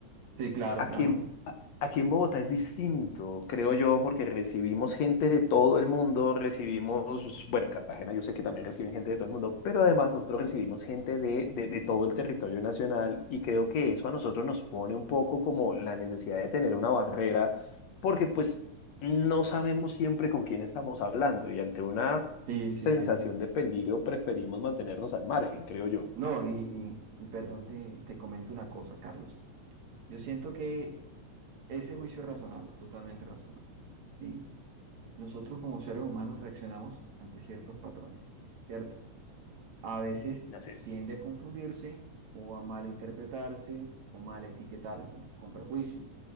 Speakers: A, on the right; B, on the left.
A: Sí, claro,
B: Aquí
A: claro.
B: en, a- aquí en Bogotá es distinto, creo yo, porque recibimos gente de todo el mundo, recibimos, bueno, en Cartagena yo sé que también reciben gente de todo el mundo, pero además nosotros recibimos gente de, de, de todo el territorio nacional y creo que eso a nosotros nos pone un poco como la necesidad de tener una barrera, porque pues no sabemos siempre con quién estamos hablando y ante una
A: Sí,
B: sensación
A: sí, sí.
B: de peligro preferimos mantenernos al margen, creo yo.
A: No, y, y, y perdón, te, te comento una cosa, Carlos. Yo siento que ese juicio es razonable, totalmente razonable. ¿Sí? Nosotros como seres humanos reaccionamos ante ciertos patrones, ¿cierto? a veces
B: Así es.
A: tiende a confundirse o a malinterpretarse o mal etiquetarse con prejuicio,